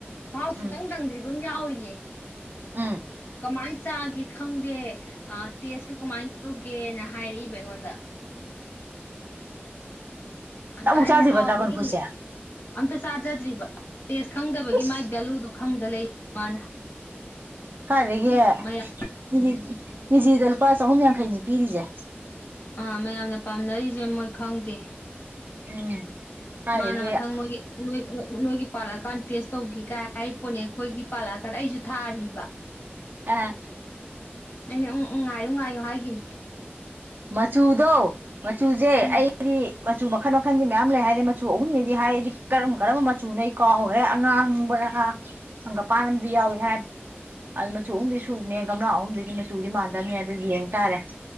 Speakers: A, on the left (about 55°); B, on the right (about 50°).
A: ꯃꯍꯥꯎ ꯁꯨꯨꯛꯇꯪ
B: ꯎꯝ
A: ꯇꯪꯗ꯭ꯔꯤꯕ ꯑꯃ ꯌꯥꯎꯔꯤꯌꯦ
B: ꯎꯝ
A: ꯀꯃꯥꯏ ꯆꯥꯒꯦ ꯈꯪꯗꯦ ꯇꯦꯁꯇꯨ ꯀꯃꯥꯏꯅ ꯇꯧꯒꯦꯅ ꯍꯥꯏꯔꯛꯏꯕ ꯑꯩꯉꯣꯟꯗ ꯑꯗ
B: ꯆꯥꯕꯨꯛ
A: ꯑꯩꯅ
B: ꯆꯥꯗ꯭ꯔꯤꯕ
A: ꯍꯥꯎꯕꯗꯤ
B: ꯗ꯭ꯔꯥꯒꯣꯟ ꯐ꯭ꯔꯨꯠꯁꯦ
A: ꯑꯝꯇ ꯆꯥꯖꯗ꯭ꯔꯤꯕ ꯇꯦꯁ ꯈꯪꯗꯕꯒꯤ
B: ꯏꯁ
A: ꯃꯥꯥꯏ ꯚꯦꯂꯨꯗꯣ ꯈꯪꯗ ꯂꯩ ꯃꯥꯅ
B: ꯀꯥꯏꯗꯒꯤ
A: ꯎꯝ, ꯃꯌꯥꯝ
B: ꯀꯦꯖꯤ ꯀꯦꯖꯤꯗ ꯂꯨꯄꯥ ꯆꯍꯨꯝ ꯌꯥꯡꯈꯩꯅꯤ ꯄꯤꯔꯤꯁꯦ
A: ꯑꯥ ꯃꯌꯥꯝꯅ ꯄꯥꯝꯅꯔꯤꯁꯦ ꯃꯣꯏ ꯈꯪꯗꯦ
B: ꯎꯝ ꯀꯥꯏꯗꯒꯤ
A: ꯃꯥꯅ ꯃꯊꯪ ꯅꯣꯏꯒꯤ ꯅꯣꯢ ꯅꯣ ꯅꯣꯏꯒꯤ ꯄꯥꯜ ꯂꯛ ꯀꯥꯟꯗ ꯇꯦꯁ ꯇꯧꯒꯦ ꯀꯥꯏ ꯍꯥꯏ ꯄꯣꯠꯅꯤ ꯑꯩꯈꯣꯏꯒꯤ ꯄꯥꯜꯂꯛꯇꯅ ꯑꯩꯁꯨ ꯊꯥꯔꯤꯕ
B: ꯑꯦ
A: ꯑꯩꯅ ꯎꯝ ꯎꯝ ꯉꯥꯏꯌꯨ ꯉꯥꯏꯌꯨ ꯍꯥꯏꯈꯤꯕꯅꯦ
B: ꯃꯆꯨꯗꯣ ꯃꯆꯨꯁꯦ
A: ꯎꯝ
B: ꯑꯩꯗꯤ ꯃꯆꯨ ꯃꯈꯟ ꯃꯈꯟꯗꯤ ꯃꯌꯥꯝ ꯂꯩ ꯍꯥꯏ ꯃꯆꯨ ꯑꯍꯨꯝꯅꯤꯗꯤ ꯍꯥꯏ ꯀꯔꯝ ꯀꯔꯝꯕ ꯃꯆꯨꯅꯣꯗꯤ ꯑꯩ ꯀꯥꯎꯔꯦ ꯑꯉꯥꯡꯕꯔꯥ ꯖꯪꯒꯥꯝꯄꯥꯟ ꯑꯃꯗꯤ ꯌꯥꯎꯏ ꯍꯥꯏ ꯑꯗꯨ ꯃꯆꯨ ꯑꯍꯨꯝꯗꯤ ꯁꯨꯨꯕꯅꯤ ꯒꯝꯂꯥ ꯑꯗꯨꯒꯤ ꯃꯆꯨꯗꯤ ꯃꯥꯟꯅꯗꯕꯅꯤ ꯑꯗꯣ ꯌꯦꯡ ꯇꯥꯔꯦ